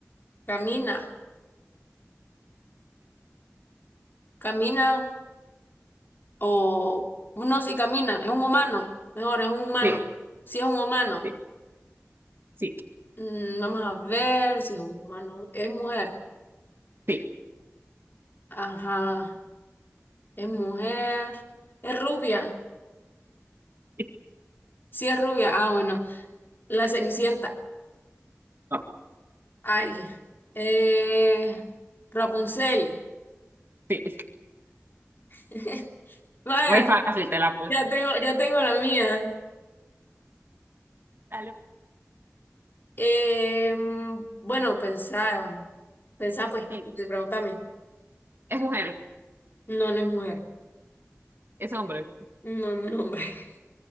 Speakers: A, on the left; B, on the right.
A: camina, camina, o no, sí camina, es un humano, mejor, es un humano.
B: sí,
A: Si es un humano.
B: sí, sí,
A: Mm, Vamos a ver si es un humano. Es mujer.
B: sí,
A: Ajá. Es mujer. Es rubia.
B: sí.
A: Sí, es rubia. Ah, bueno. La Cenicienta.
B: No,
A: Ay. Eh, Rapunzel.
B: sí.
A: <laughs> Vaya,
B: Muy fácil te la puse.
A: ya tengo, ya tengo la mía.
B: Dale,
A: Eh, bueno, pensá. Pensá, pues.
B: sí.
A: Pregúntame.
B: Es mujer,
A: No, no es mujer.
B: es hombre.
A: No, no es hombre. <laughs>